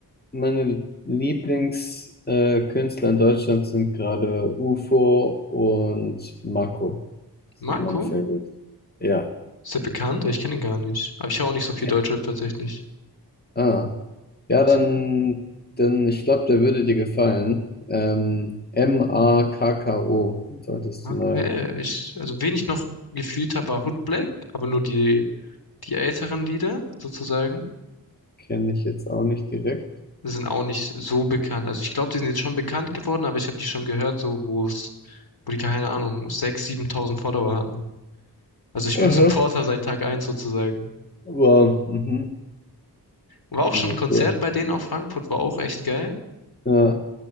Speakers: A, on the left (about 25°); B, on the left (about 70°).
A: Meine Lieblingskünstler äh, Künstler in Deutschland sind gerade UFO und Marco. Das
B: Marco?
A: sind meine Favorites. Ja.
B: Ist der bekannt? Ich kenne ihn gar nicht. Aber ich höre auch nicht so viel
A: Okay.
B: Deutschrap tatsächlich.
A: Ah. Ja, dann,
B: Ist der
A: dann ich glaube, der würde dir gefallen. Ähm, M-A-K-K-O. Solltest
B: Marco?
A: du mal.
B: Ja, ja, ja, ich, also wen ich noch gefühlt habe, war Hood Black, aber nur die, die älteren Lieder sozusagen.
A: Kenne ich jetzt auch nicht direkt.
B: sind auch nicht so bekannt. Also ich glaube, die sind jetzt schon bekannt geworden, aber ich habe die schon gehört, so wo es, wo die keine Ahnung, 6.000, 7.000 Follower hatten. Also ich bin
A: Aha.
B: Supporter seit Tag eins sozusagen.
A: Wow. Mhm.
B: War auch schon
A: Ja,
B: ein Konzert
A: cool.
B: bei denen auf Frankfurt, war auch echt geil.
A: Ja.